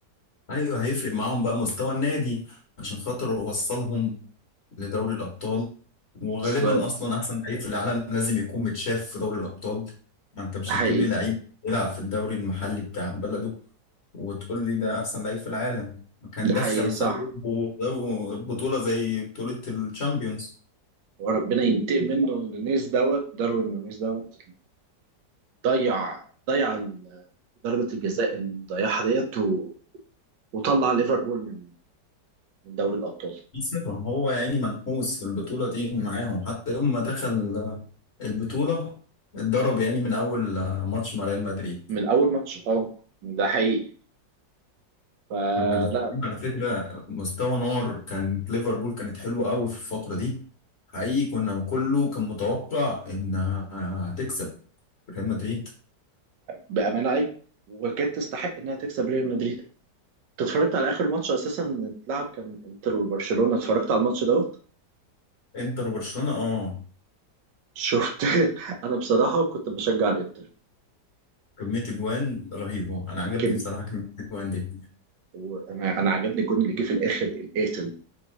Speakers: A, on the left; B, on the right.
A: أيوه هيفرق معاهم بقى مستوى النادي عشان خاطر وصلهم لدوري الأبطال وغالبا
B: بالظبط
A: أصلا أحسن لعيب في العالم لازم يكون متشاف في دوري الأبطال ما أنت مش
B: ده حقيقي
A: هتجيب لي لعيب يلعب في الدوري المحلي بتاع بلده وتقول لي ده أحسن لعيب في العالم كان
B: ده
A: دخل
B: حقيقي صح
A: فريقه بطولة زي بطولة الشامبيونز
B: وربنا ينتقم منه نونيز دوت داروين نونيز دوت ضيع ضيع ال- ضربة الجزاء اللي ضيعها ديت و- وطلع ليفربول من من دوري الأبطال
A: سيبهم هو يعني منحوس في البطولة دي معاهم حتى يوم ما دخل آه، البطولة اتضرب يعني من أول آه، ماتش مع ريال مدريد
B: من أول ماتش اه ده حقيقي فلا
A: كنا مستنيين على فكرة مستوى نار كانت ليفربول كانت حلوة قوي في الفترة دي حقيقي كنا كله كان متوقع إنها آه، هتكسب ريال مدريد
B: بأمانة أي وكانت تستحق إنها تكسب ريال مدريد أنت اتفرجت على آخر ماتش أساسا اتلعب كان إنتر وبرشلونة اتفرجت على الماتش دوت
A: انتر وبرشلونة اه
B: شفت <laughs> أنا بصراحة كنت بشجع الإنتر
A: كمية اجوان رهيبة انا عجبني
B: كم
A: بصراحة كمية اجوان دي
B: وأنا أنا عجبني الجون اللي جه في الآخر القاتل